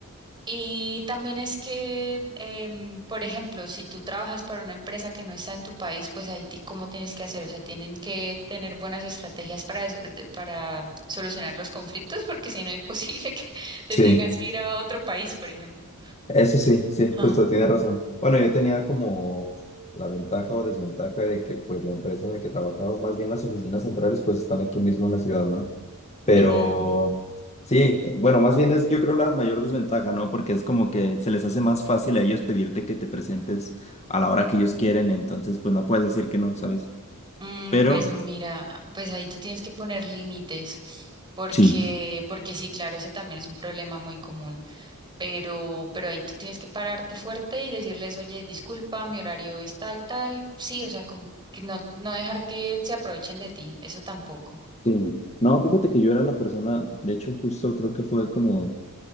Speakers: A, on the right; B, on the left.
A: Y también es que, em, por ejemplo, si tú trabajas para una empresa que no está en tu país, pues ahí ti- cómo tienes que hacer, o sea, tienen que tener buenas estrategias para, des- de- para solucionar los conflictos, porque si no <laughs> es imposible que <laughs> te
B: sí,
A: tengas que ir a otro país, por ejemplo.
B: eso sí, sí,
A: Ah.
B: justo tienes razón. Bueno, yo tenía como la ventaja o desventaja de que pues la empresa en la que trabajaba, o más bien las oficinas centrales, pues están aquí mismo en la ciudad, ¿no? Pero
A: Mm,
B: sí, eh, bueno, más bien es yo creo la mayor desventaja, ¿no? Porque es como que se les hace más fácil a ellos pedirte que te presentes a la hora que ellos quieren, entonces pues no puedes decir que no, ¿sabes?
A: mm,
B: Pero
A: pues mira, pues ahí tú tienes que poner límites, porque,
B: sí.
A: porque sí, claro, ese también es un problema muy común. Pero, pero ahí tú tienes que pararte fuerte y decirles, oye, disculpa, mi horario es tal, tal. Sí, o sea, como que no, no dejar que se aprovechen de ti, eso tampoco.
B: Sí. No, fíjate que yo era la persona, de hecho justo creo que fue como